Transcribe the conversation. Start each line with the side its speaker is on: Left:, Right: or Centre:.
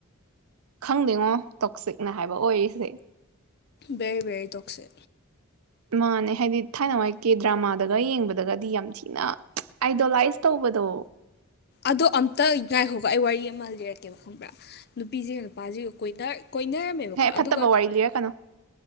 Right: ꯈꯪꯗꯦꯉꯣ ꯇꯣꯛꯁꯤꯛꯅ ꯍꯥꯏꯕ ꯑꯣꯏꯔꯤꯁꯦ
Left: ꯕꯦꯔꯤ ꯕꯦꯔꯤ ꯇꯣꯛꯣꯛꯁꯦ
Right: ꯃꯥꯅꯦ ꯍꯥꯏꯗꯤ ꯊꯥꯏꯅ ꯋꯥꯏꯀꯤꯦ ꯗ꯭ꯔꯃꯥꯗꯒ ꯌꯦꯡꯕꯗꯒꯗꯤ ꯌꯥꯝ ꯊꯤꯅ ꯑꯥꯏꯗꯣꯂꯥꯏꯁ ꯇꯧꯕꯗꯣ
Left: ꯑꯗꯣ ꯑꯝꯇ ꯉꯥꯏꯍꯧꯒ ꯑꯩ ꯋꯥꯔꯤ ꯑꯃ ꯂꯤꯔꯛꯀꯦꯕ ꯈꯪꯕ꯭ꯔꯥ ꯅꯨꯄꯤꯁꯤꯒ ꯅꯨꯄꯥꯁꯤꯒ ꯀꯣꯏꯅ ꯀꯣꯏꯅꯔꯝꯃꯦꯕꯀꯣ
Right: ꯍꯦ
Left: ꯑꯗꯨꯒ
Right: ꯐꯠꯇꯕ ꯋꯥꯔꯤ ꯂꯤꯔꯛꯀꯅꯨ